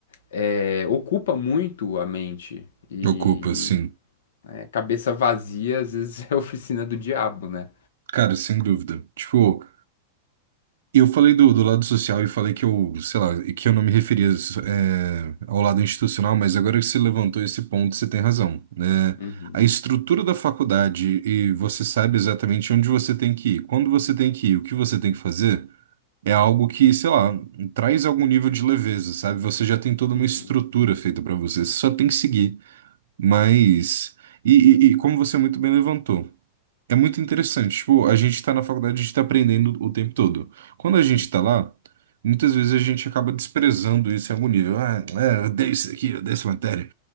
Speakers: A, on the left; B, on the right.
A: é, ocupa muito a mente. E
B: Ocupa, sim.
A: é, cabeça vazia, às vezes, <laughs> é a oficina do diabo, né?
B: Cara, sem dúvida. Tipo, eu falei do, do lado social e falei que eu, sei lá, que eu não me referia, é, ao lado institucional, mas agora que você levantou esse ponto, você tem razão, né?
A: Uhum,
B: A estrutura da faculdade e você sabe exatamente onde você tem que ir, quando você tem que ir, o que você tem que fazer, é algo que, sei lá, traz algum nível de leveza, sabe? Você já tem toda uma
A: uhum,
B: estrutura feita pra você, você só tem que seguir. Mas. E, e e como você muito bem levantou. É muito interessante. Tipo, a gente tá na faculdade, a gente tá aprendendo o tempo todo. Quando a gente
A: uhum,
B: tá lá, muitas vezes a gente acaba desprezando isso em algum nível. Ah, é, eu odeio isso aqui, eu odeio essa matéria.